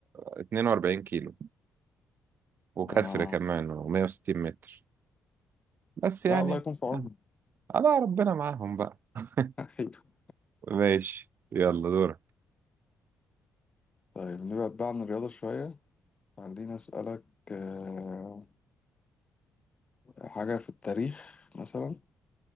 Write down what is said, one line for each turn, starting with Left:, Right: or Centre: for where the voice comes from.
Right: 42 كيلو وكسر
Left: آه.
Right: كمان و160 متر بس يعني
Left: لا الله يكون في عونهم
Right: آه، على ربنا معاهم بقى <laughs>
Left: <laughs>
Right: ماشي يلا دورك
Left: طيب نبعد بقى عن الرياضة شوية خليني أسألك آه، حاجة في التاريخ مثلا